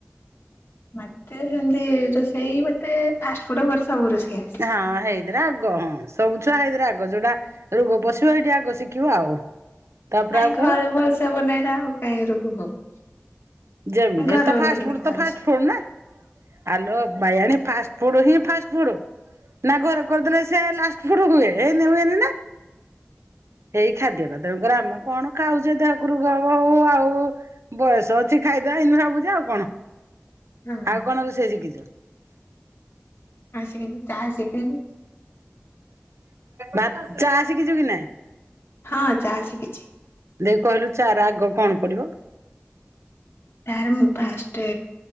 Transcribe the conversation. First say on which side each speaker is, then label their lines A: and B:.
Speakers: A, on the left; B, on the right.
A: ମତେ ସେମତି ରୋଷେଇ ମତେ ଫାଷ୍ଟ ଫୁଡ ପରେ ସବୁ ରୋଷେଇ ଆ
B: ହଁ ହେଇ ରେ ଆଗ ହଁ ସବୁ ଛୁଆ ସେଇଦରେ ଆଗ ଯୋଉଟା ରୋଗ ପଶିବ ଏଇଠି ଆଗ ଶିଖିବ ଆଉ। ତାପରେ
A: ନାଇଁ
B: ଆଉ କଣ
A: ଘରେ ଭଲସେ ବନେଇଲା ଆଉ କାହିଁକି ରୋଗ ହବ।
B: ଯେମିତି
A: ମୁଁ ଘରେ
B: ହେଲେ ତ
A: ବନେଇକିନି
B: ଫାଷ୍ଟ ଫୁଡ଼
A: ଖାଉଛି।
B: ତ ଫାଷ୍ଟ ଫୁଡ଼ ନା। ଆଲୋ ବାଇଆଣୀ ଫାସ୍ଟ ଫୁଡ ହିଁ ଫାଷ୍ଟ ଫୁଡ। ନା ଘରେ କରିଦେଲେ ସେ ଲାଷ୍ଟ ଫୁଡ୍ ହୁଏ ଏମତି ହୁଏନି ନା। ଏଇ ଖାଦ୍ୟଟା ତେଣୁକରି ଆମେ କଣ ଖାଉଚେ ତ ଦେହରୁ ଗ ଗ ଉ ଆଉ। ବୟସ ଅଛି ଖାଇ ଦବା ଇଁତି ଭାବୁଛ ଆଉ କଣ
A: ହଁ
B: ଆଉ କଣ ରୋଷେଇ ଶିଖିଛ।
A: ଆଉ ଶିଖିଚି ଚା ଶିଖିଚି।
B: ବା ଚା ସିଖିଚୁ କି ନାଇଁ।
A: ହଁ ଚା ସିକିଛି।
B: ଦେଖି କହିଲୁ ଚା ର ଆଗ କଣ ପଡିବ।
A: ତା ରେ ମୁଁ ଫାଷ୍ଟ